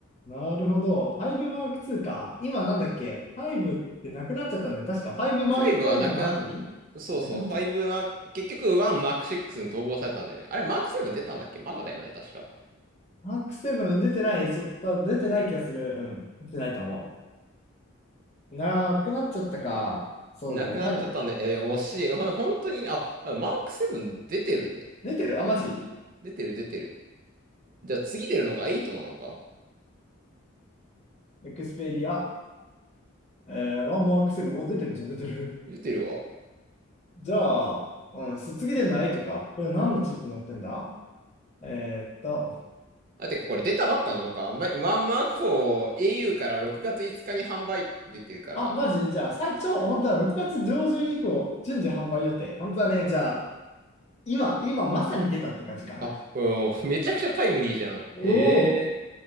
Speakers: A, on the left; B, on the right.
A: なるほど。5 m マークツーか。今なんだっけ ?5 ってなくなっちゃったんで、確か5 m
B: 5はなくなっ、
A: ファイブの後に
B: そうそう、
A: なくなっちゃった。
B: 5は、結局1 Mark VI に統合されたんだよね。あれ、Mark VII 出たんだっけまだだよね、確か。
A: m ークセブン出てない、そった、出てない気がする。うん。出てないと思う。なくなっちゃったか。そうだよね。
B: なくなっちゃったんで、
A: ファイブ
B: え、でも惜しい。<laughs> ほん本当に、あ、あ Mark VII 出てるね。
A: 出てるあ、マジ
B: 出てる、出てる。じゃあ次出るのが8なのか
A: エクスペリア。えー、1 m マークセブンお出てるじゃん、出てる。
B: 出てるわ。
A: じゃあ、うん、卒業でのいとか、これ何のチップ載ってんだえーっと、
B: あ、てかこれ出たばっかなのか。ま、1 Mark IV au から6月5日に販売出てるから。
A: あ、マジで、じゃあ、最長、本当は6月上旬以降、順次販売予定。本当はね、じゃあ、今、今まさに出たって感じか。
B: あ、もう、めちゃくちゃタイムリーじゃん。
A: おお、
B: へえ。